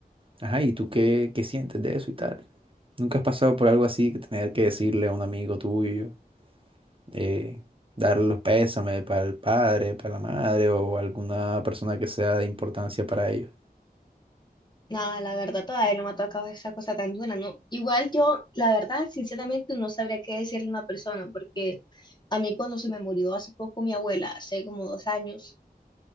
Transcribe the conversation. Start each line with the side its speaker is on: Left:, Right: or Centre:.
Right: ajá, ¿y tú qué, qué sientes de eso y tal? ¿Nunca has pasado por algo así que tener que decirle a un amigo tuyo, eh, darle los pésames para el padre, para la madre o alguna persona que sea de importancia para ellos?
Left: Nada, la verdad todavía no me ha tocado esa cosa tan dura, ¿no? Igual yo, la verdad, sinceramente no sabría qué decirle a una persona, porque a mí cuando se me murió hace poco mi abuela, hace como dos años,